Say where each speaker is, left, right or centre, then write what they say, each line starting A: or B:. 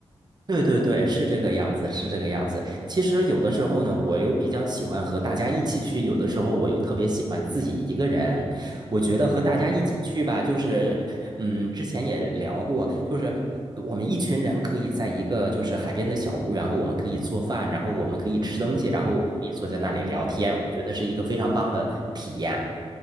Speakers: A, on the right; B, on the right.
A: 对对对，是这个样子，是这个样子。其实有的时候呢，
B: 嗯
A: 我又比较喜欢和大家一起去，有的时候我又特别喜欢自己一个人。我觉得和大家一起去吧，
B: 嗯
A: 就是，嗯，之前也聊过，就是我们一群人可以在一个就是海边的小屋，然后我们可以做饭，然后我们可以吃东西，
B: 嗯
A: 然后我们可以坐在那里聊天，
B: 嗯
A: 我觉得是一个非常棒的体验。